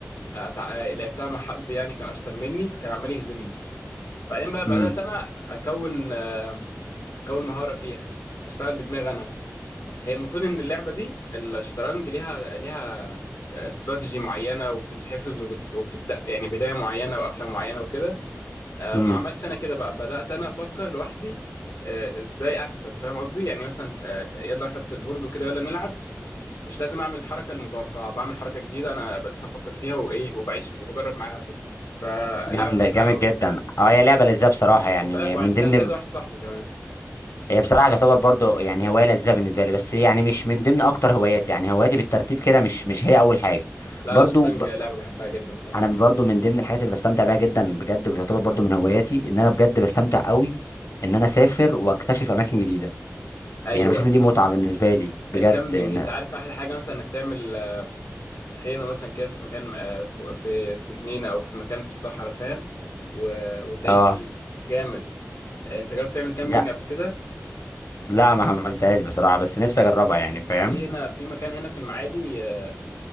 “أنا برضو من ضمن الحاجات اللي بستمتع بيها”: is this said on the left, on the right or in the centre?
Left